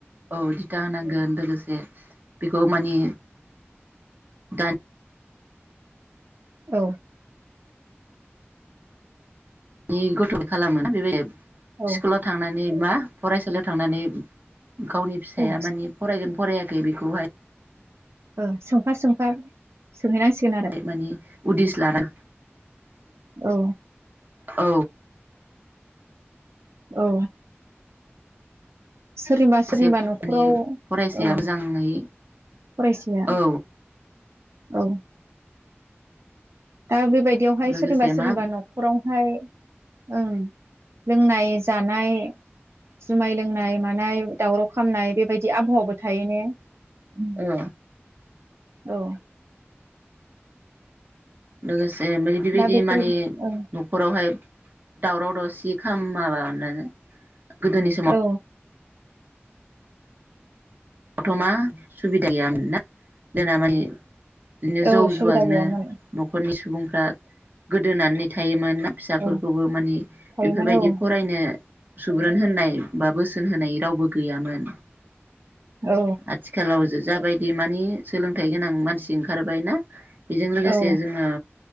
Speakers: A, on the right; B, on the right.
A: औ दिथा होनांगोन लोगोसे बेखौ मानि दानि।
B: औ
A: <unintelligible> गथ'बो खालामोना <unintelligible>
B: औ
A: स्कुलाव थांनानै बा फरायसालियाव थांनानै। गावनि फिसाया
B: औ
A: माने फरायगोन फराययाखै बेखौहाय
B: ओं सोंफा सोंफा सोंहैनांसिगोन आरो
A: माने उदिस लागोन
B: औ
A: औ।
B: औ। सोरनिबा
A: सासे
B: सोरनिबा न'खराव
A: माने फरायसाया
B: औ
A: मोजाङै
B: फरायसाया
A: औ
B: औ दा बेबायदियावहाय
A: लोगोसे
B: सोरनिबा सोरनिबा
A: मा
B: न'खरावहाय ओं लोंनाय जानाय जुमाय लोंनाय मानाय दावराव खामनाय बेबायदि । बिदि आब'हावाबो थायो ने? उम
A: ओ
B: औ ।
A: लोगोसे बेबायदि
B: दा बेफोर
A: माने
B: ओं
A: नखरावहाय दावराव दावसि खालामा बानो गोदोनि समाव
B: औ
A: दथमा सुबिदाया ना जोंना मानि बिदिनो जौ
B: औ सुबिदा
A: जुवाजोंनो
B: गैयामोन
A: न'खरनि सुबुं हो गोदोनानै थायोमोन फिसाफोरखौबो
B: औ
A: मानि
B: थायोमोन
A: बेफोरबायदि
B: औ
A: फरायनो सुबुरुन होननाय बा बोसोन होनाय रावबो गैयामोन।
B: औ
A: आथिखालाव जो जाबायदि मानि सोलोंथाइ गोनां मानसि ओंखारबाय ना बेजों लोगोसे
B: औ
A: जोङो